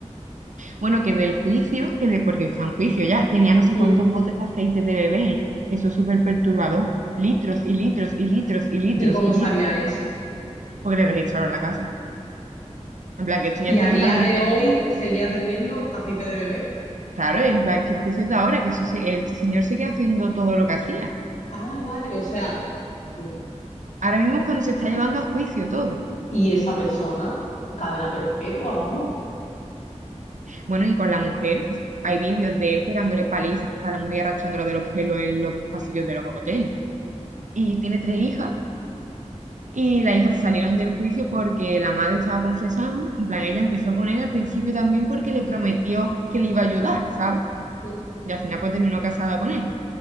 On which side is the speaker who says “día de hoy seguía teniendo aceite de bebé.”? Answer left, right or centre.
Left